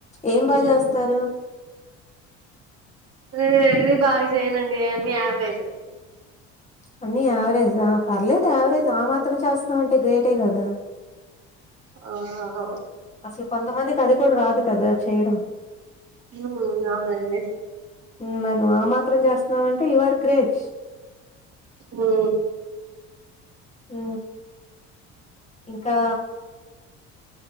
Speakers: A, on the left (about 20°); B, on the right (about 45°).
A: ఏం బాగ
B: ఉమ్
A: చేస్తారు
B: నీనేది బాగా చేయనండి నయన్నీ యావరేజ్
A: అన్ని యావరేజ్ ఆ పర్లేదు యావరేజ్ ఆ మాత్రం చేస్తున్నావంటే గ్రేటే కదా
B: ఆ అవ్
A: అసలు కొంతమందికి అది కూడా రాదు కదా చేయడం
B: హు అవునండి
A: హు మరి నువ్ ఆ మాత్రం చేస్తున్నావంటే యుఆర్ గ్రేట్
B: హు
A: హు ఇంకా